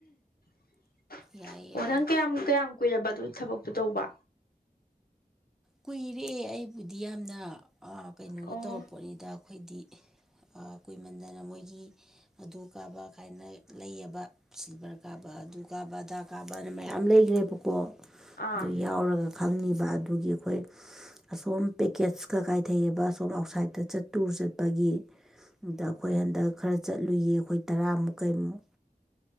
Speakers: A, on the left (about 85°); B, in the centre.
A: <unintelligible>
B: ꯌꯥꯏꯌꯦ ꯌꯥꯏꯌꯦ
A: ꯑꯣ ꯅꯪ ꯀꯌꯥꯝ ꯀꯌꯥꯝ ꯀꯨꯏꯔꯕ ꯑꯗꯨ ꯊꯕꯛꯇꯣ ꯇꯧꯕ
B: ꯀꯨꯏꯔꯦ ꯑꯩꯕꯨꯗꯤ ꯌꯥꯝꯅ ꯑ ꯀꯩꯅꯣꯒ
A: ꯑꯣ
B: ꯇꯧꯔꯄꯣꯠꯅꯤꯗ ꯑꯈꯣꯏꯗꯤ ꯑ ꯀꯨꯏꯃꯟꯗꯅ ꯃꯣꯏꯒꯤ ꯑꯗꯨ ꯀꯥꯕ ꯀꯥꯏꯅ ꯂꯩꯑꯕ ꯁꯤꯜꯚꯔ ꯀꯥꯕ ꯑꯗꯨ ꯀꯥꯕ ꯑꯗꯥ ꯀꯥꯕꯅ ꯃꯌꯥꯝ ꯂꯩꯒ꯭ꯔꯦꯕꯀꯣ
A: ꯑꯥ
B: ꯗꯨ ꯌꯥꯎꯔꯒ ꯈꯪꯅꯤꯕ ꯑꯗꯨꯒꯤ ꯍꯣꯏ ꯑꯁꯣꯝ ꯄꯦꯀꯦꯠꯁꯀ ꯀꯥꯏꯊꯩꯑꯦꯕ ꯑꯁꯣꯝ ꯑꯥꯎꯠꯁꯥꯏꯗꯇ ꯆꯠ ꯇꯨꯔ ꯆꯠꯄꯒꯤ ꯗ ꯑꯩꯈꯣꯏ ꯍꯟꯗꯛ ꯈꯔ ꯆꯠꯂꯨꯏꯌꯦ ꯑꯩꯈꯣꯏ ꯇꯔꯥꯃꯨꯛ ꯀꯩꯃꯨꯛ